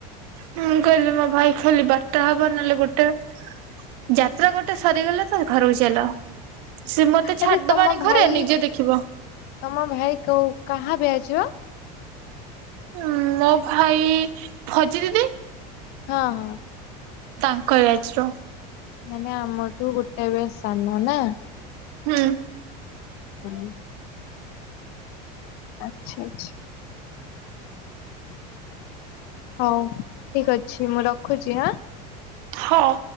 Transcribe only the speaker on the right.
ମୁଁ କହିଲି ମୋ ଭାଇ ଖେଲି ବାରଟା ହବ ନହେଲେ ଗୋଟେ। ଯାତ୍ରା ଗୋଟେ ସରିଗଲେ ତ ଘରକୁ ଚାଲ। ସିଏ ମତେ ଛାଡ଼ିଦବ
ଆଣିକି
ଘରେ ନିଜେ ଦେଖିବ।
ଉଁ ମୋ ଭାଇ ଫଜି ଦିଦି।
ତାଙ୍କ ବ୍ୟାଚର।
ହୁଁ।
ହଁ।